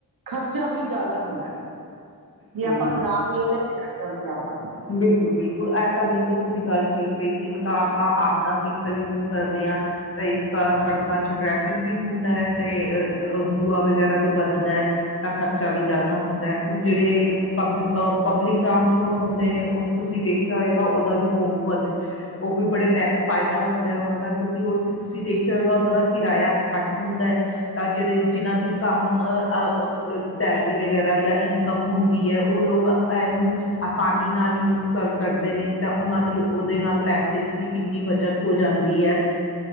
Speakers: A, on the right; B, on the left.
A: ਖ਼ਰਚਾ ਵੀ ਜਾਦਾ ਹੁੰਦੈ ਜੇ ਆਪਾਂ
B: ਬਿਲਕੁਲ
A: ਨੂੰ ਰਾਮ ਮਿਲਦਾ ਤੇ ਖ਼ਰਚਾ ਵੀ ਜਾਦਾ
B: ਬਿਲਕੁਲ-ਬਿਲਕੁਲ ਐ ਤਾਂ ਬਿਲਕੁਲ ਤੁਸੀਂ ਗੱਲ ਠੀਕ ਕਹੀ ਕੀ ਮਤਲਬ ਆਪਾਂ ਆਪਦਾ ਵਹੀਕਲ ਯੂਜ ਕਰਦੇ ਆ ਤਾਂ ਇੱਕ ਤਾਂ ਸੜਕਾਂ ਚ ਟ੍ਰੈਫਿਕ ਵੀ ਹੁੰਦੈ ਤੇ ਅ ਦੂਆ ਵਗੈਰਾ ਵੀ ਵੱਧਦਾ ਐ ਤਾਂ ਖ਼ਰਚਾ ਵੀ ਜਾਦਾ ਹੁੰਦੈ ਹੁਣ ਜੇੜੇ ਪਬ ਅ ਪਬਲਿਕ ਟਰਾਂਸਪੋਰਟ ਹੁੰਦੇ ਨੇ ਓਸ ਤੁਸੀਂ ਵੇਖਿਆਂ ਹੋਏਗਾ ਉਦਾ ਵੀ ਬੋ ਵਧ ਓ ਵੀ ਬੜੇ ਬੈ ਫ਼ਾਇਦਾ ਹੁੰਦਾ ਉਨਾਂ ਦਾ ਕਿਉਂਕਿ ਉਸ ਤੁਸੀਂ ਦੇਖਿਆ ਹੋਏਗਾ ਓਦਾਂ ਦਾ ਕਿਰਾਇਆ ਘੱਟ ਹੁੰਦੈ ਤਾਂ ਜੇੜੇ ਜਿਨਾਂ ਦੀ ਕੰਮ ਅ ਆ ਸੈਲਰੀ ਵਗੈਰਾ ਯਾਂ ਇਨਕਮ ਹੁੰਦੀ ਐ ਓ ਲੋਕ ਐਨੂੰ ਆਸਾਨੀ ਨਾਲ਼ ਯੂਜ਼ ਕਰ ਸਕਦੇ ਨੇ ਤਾਂ ਓਨਾਂ ਓਦੇ ਨਾਲ਼ ਪੈਸੇ ਵੀ ਕਿੰਨੀ ਬੱਚਤ ਹੋ ਜਾਂਦੀ ਐ